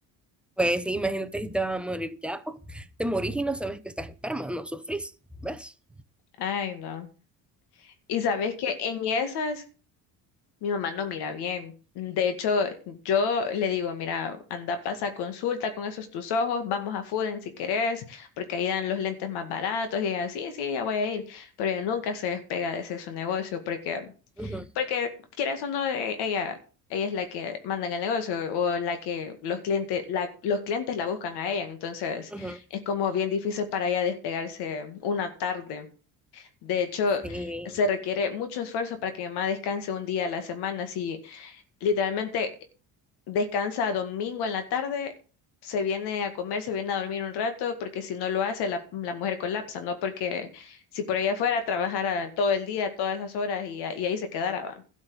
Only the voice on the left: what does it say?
Ay, no. Y sabes que en esas, Mi mamá no mira bien. De hecho, yo le digo, mira, anda, pasa consulta con esos tus ojos, vamos a Fuden si querés, porque ahí dan los lentes más baratos y ella, sí, sí, ya voy a ir, pero ella nunca se despega de ese su negocio porque,
porque quieras o no, e- ella, ella es la que manda en el negocio o la que los clientes, la, los clientes la buscan a ella, entonces
es como bien difícil para ella despegarse una tarde. De hecho,
se requiere mucho esfuerzo para que mi mamá descanse un día a la semana. Si literalmente descansa domingo en la tarde, se viene a comer, se viene a dormir un rato, porque si no lo hace, la, la mujer colapsa, ¿no? Porque si por ella fuera, trabajara todo el día, todas las horas y, a- y ahí se quedara, va.